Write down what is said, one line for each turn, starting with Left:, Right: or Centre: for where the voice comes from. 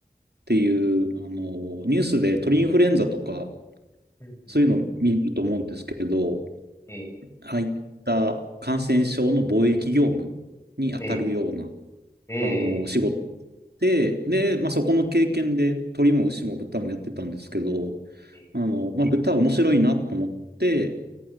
Right: ていう、あの、ニュースで鳥インフルエンザとか、
Left: うんうんうん
Right: そういうの見ると思うんですけど、
Left: ええ、
Right: 入った感染症の防疫業務に当たるような、
Left: ええ、え
Right: あの、仕事
Left: え、
Right: で、で、まあ、そこの経験で鳥も牛も豚もやってたんですけど、
Left: ええ、
Right: あの、まあ、豚面白いなと思って、